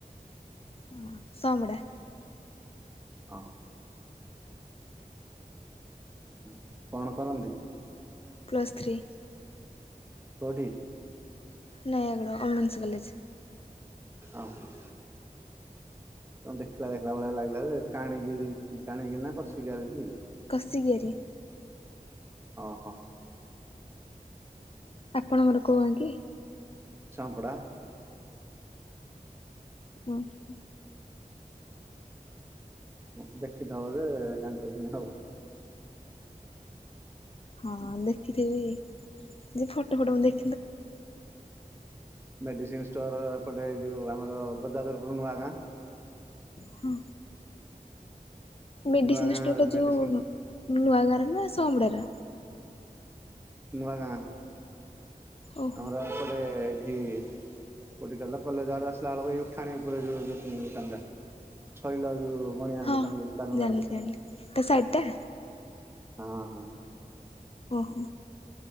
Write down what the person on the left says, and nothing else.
ହ ସୋମଡା
ପ୍ଲସ୍ଥ୍ରୀ
ନାଇଁ ଏଗଡ ଓମେନ୍ସ କଲେଜ
କସିଗିରି।
ଆପଣ ମୋର କୁହ କି?
<inaudible>
ହଁ ଦେଖିଥିବି ଯେ ଫଟୋ ଫଟ ମୁ ଦେଖ
ହଁ। ମେଡିସିନ
ଷ୍ଟୋର ଟା
ଯୋଉ ନୂଆ ଗାଁର ନା ସମ୍ ପଡାର?
ଓହୋ
ହଁ
ଜାଣିଲି ଜାଣିଲି ତା ଶାଢ଼ୀ ଟା
ଓହୋ